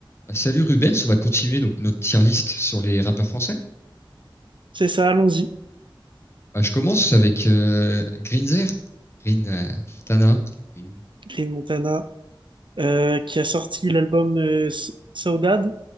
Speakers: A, on the left; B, on the right.
A: Bah, Salut Rubens, on va continuer donc notre tier list sur les rappeurs français.
B: C'est ça, allons-y.
A: Bah, je commence avec euh, Greenzer, Green euh, Montana. Green.
B: Green Montana, euh, qui a sorti l'album euh, S- Saudade,